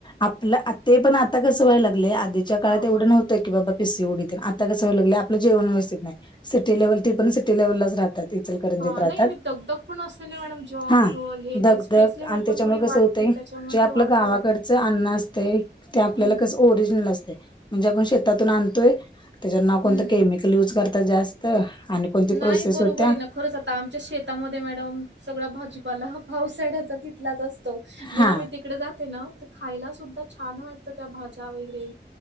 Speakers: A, on the left; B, on the right.
A: आपलं ते पण आता कसं व्हायला लागलेय आधीच्या काळात
B: हां
A: एवढं नव्हतं ते की बाबा पीसीओडी तेन आता कंस व्हाय लागलय आपलं जेवण व्यवस्थित नाय सिटी लेव्हल ती पण सिटी लेव्हललाच राहतात. इचलकरंजीत
B: हा
A: राहतात
B: नाही आणि दगदग पण असते नाही मॅडम जॉब,
A: हा
B: घर हे
A: दगदग
B: ते स्ट्रेस लेव्हल
A: आणि त्याच्यामुळे
B: पण थोडी वाढ
A: कसं होतंय
B: ते त्याच्यामुळे
A: जे आपलं
B: ते वाढत
A: गावाकडचं अन्न असतय ते आपल्याला
B: हम्म,
A: कसं ओरिजनल असतय म्हणजे आपण शेतातून आन ते त्याच्यावर ना कोणतं
B: हम्म.
A: केमिकल यूज करतात जास्त आणि कोणती
B: नाही
A: प्रोसेस
B: बरोबर
A: होत्या
B: आहे ना खरंच आता आमच्या शेतामध्ये मॅडम सगळा भाजीपाला हा पावसाळ्याचा तिथ तिथंलाच असतो जेव्हा
A: हा
B: मी तिकडे जाते ना तर खायला सुद्धा छान वाटतं त्या भाज्या वगैरे